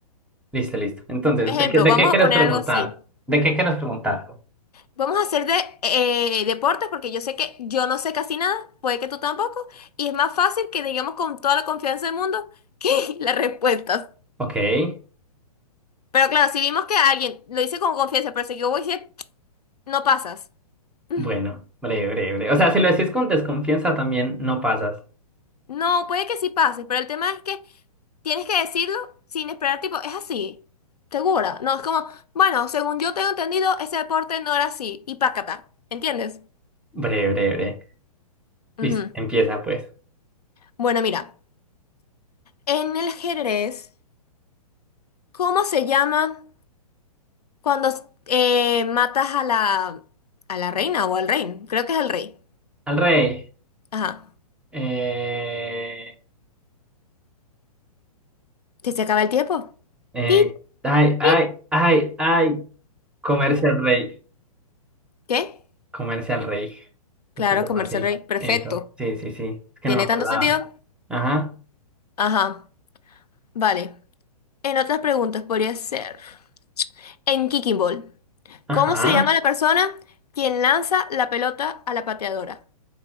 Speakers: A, in the centre; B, on the left (about 80°).
A: Listo, listo. Entonces,
B: Ejemplo,
A: ¿de qué, de
B: vamos
A: qué quieres
B: a poner
A: preguntar?
B: algo así.
A: ¿De qué quieres preguntar?
B: Vamos a hacer de eh, deportes porque yo sé que yo no sé casi nada, puede que tú tampoco, y es más fácil que digamos con toda la confianza del mundo que <laughs> las respuestas.
A: Ok.
B: Pero claro, si vimos que alguien lo dice con confianza, pero si yo voy a decir, no pasas. Mm.
A: Bueno, breve, breve, breve. O sea, si lo decís con desconfianza también no pasas.
B: No, puede que sí pases, pero el tema es que tienes que decirlo sin esperar, tipo, es así, segura. No, es como, bueno, según yo tengo entendido, ese deporte no era así, y pácata, ¿entiendes?
A: Breve, breve, breve.
B: Ujú.
A: Listo, empieza pues.
B: Bueno, mira, en el ajedrez, ¿cómo se llama? Cuando eh, matas a la, a la reina o al rey, creo que es el rey.
A: Al rey.
B: Ajá.
A: Eh,
B: ¿Que se acaba el tiempo?
A: eh,
B: Pip,
A: ay, ay,
B: pip.
A: ay, ay. Comerse al rey.
B: ¿Qué?
A: Comerse al rey.
B: Claro,
A: Se llama
B: comerse
A: así.
B: el rey. Perfecto.
A: Eso. Sí, sí, sí. Es que
B: ¿Tiene
A: no me acordaba.
B: tanto sentido?
A: Ajá.
B: Ajá. Vale. En otras preguntas podría ser. En Kicking Ball,
A: Ajá.
B: ¿cómo se llama la persona quien lanza la pelota a la pateadora?